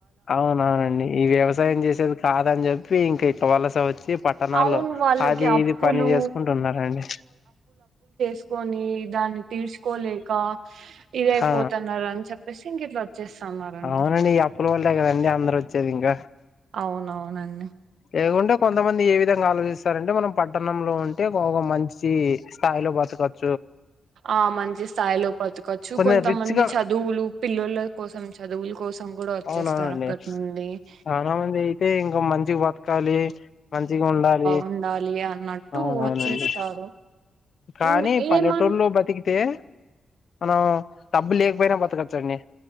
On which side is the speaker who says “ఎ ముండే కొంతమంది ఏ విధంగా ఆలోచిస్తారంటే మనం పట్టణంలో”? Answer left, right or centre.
Left